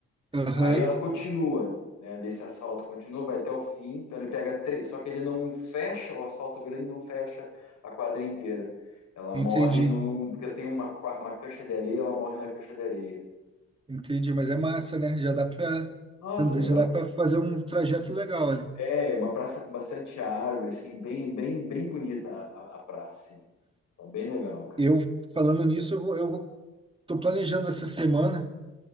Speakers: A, on the right; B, on the left.
A: Aham,
B: Aí ela continua, né? Desse asfalto continua, vai até o fim. Então ele pega três, só que ele não fecha o asfalto grande, não fecha a quadra inteira. Ela morre
A: entendi.
B: no, porque tem uma, qua- uma cancha de areia, ela morre na cancha de areia.
A: Entendi, mas é massa, né? Já dá pra,
B: Nossa, já
A: já
B: dá
A: dá
B: pra...
A: para fazer um trajeto legal ali.
B: É, uma praça com bastante árvore, assim, bem, bem, bem bonita a, a- a praça, assim. Tá bem legal, cara.
A: Eu, falando nisso, eu vou, eu vou Tô planejando essa semana,